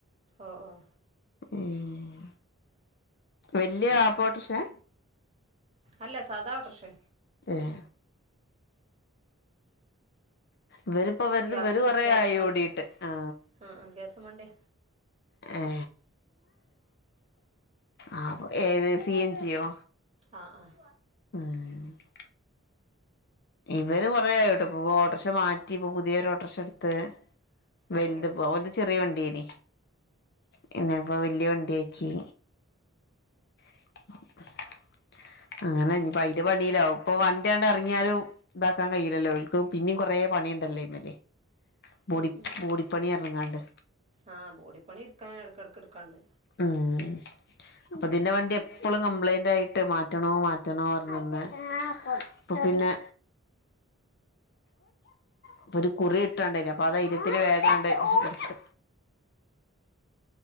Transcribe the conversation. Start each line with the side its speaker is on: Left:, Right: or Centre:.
Right: ഓഹ് ഓഹ്
Left: ഏഹ് വല്ല്യ ആപ്പോ ഒട്ടൊറ്ക്ഷെ..
Right: അല്ല സാധാ ഓട്ടോറിക്ഷ..
Left: എഹ് ഇവര്പ്പം ഇവര്ത്
Right: ഗ്യാസ്
Left: ഇവര് കുറെ
Right: ഗ്യാസ്
Left: ആയി
Right: വണ്ടി
Left: ഓടീട്ട് ആഹ്
Right: ആഹ് ആഹ് ഗ്യാസവണ്ടി
Left: ഏ ആ ഏത് സി, എൻ, ജിയോ?
Right: ആഹ് ആഹ്
Left: ആഹ് ഇവര് കൊറയായിട്ടോ ഇപ്പൊ ഓട്ടോറിക്ഷ മാറ്റി ഇപ്പൊ പുതിയ ഒരു ഓട്ടോറിക്ഷ എടുത്ത്.. വലുത
Right: ഓഹ് ഓഹ്
Left: പോ ചെറിയ വണ്ടിയനി പിന്നെ അപ്പ വല്യ വണ്ടിയ ആക്കി. <inaudible> അങ്ങനെ ഇഞ്ഞ്പ്പയിന്റെ പണീലാവും ഇപ്പൊ വണ്ടിയാണ്ട് എറങ്ങിയാലും ഇതാക്കാ കഴില്ലാല്ലോ ഒൽക്ക് പിന്നിം കൊറെ പണിണ്ടല്ലോ അയ്മ്മെല് മൂടി
Right: ഉം ഉം ഉം
Left: മൂടിപ്പണി ന്ന് പറഞ്ഞ്ങ്ങാണ്ട്..
Right: ആഹ് ബോഡി പണി എടുക്കാൻ എടക്ക് എടക്ക് എടക്കാണ്ട്.
Left: ഉം. അപ്പൊ ഇതിന്റെ വണ്ടി എപ്പോഴും കംപ്ലൈന്റ് ആയിട്ട് മാറ്റണോ മാറ്റണോ പറഞ്ഞ വന്ന് അപ്പൊ പിന്നെ അപ്പൊഒരു കുറി കിട്ടാണ്ടൈ നിഅപ്പൊ ആദൈര്യത്തിൽ വേഗണ്ട് കുറച്ച്